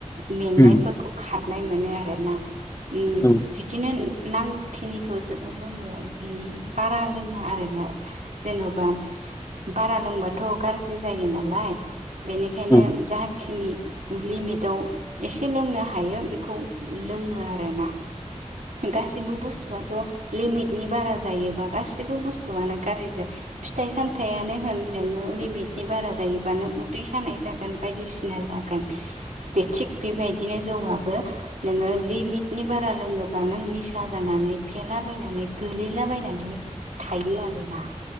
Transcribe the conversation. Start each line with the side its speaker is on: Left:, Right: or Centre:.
Right: मेंनायफोरखौ
Left: उम
Right: खारनाय मोनो आरोना। ओम
Left: औ
Right: बिदिनो नांगौखिनिखौ ज लोङो बिनि बारा लोङा आरोना जेन'बा बारा लोंबाथ' गाज्रि जायो नालाय बेनिखायनो
Left: औ
Right: खिनि लिमिटआव एसे लोंनो हायो बेखौ लोङो आरोना गासिबो बुस्थुआथ' लिमिट नि बारा जायोबा गासिबो बुस्थुआनो गाज्रिजा फिथाइ-सामथायानो होन नोङो लिमिट नि बारा जायोबा नों उदै सानाय जागोन बायदिसिना जागोन बे थिग बेबायदिनो जों जौवाबो नोङो लिमिटनि बारा लोङो बा नों निसा जानानै फेलाबायनानै गोलैलाबायनानै थायो आरोना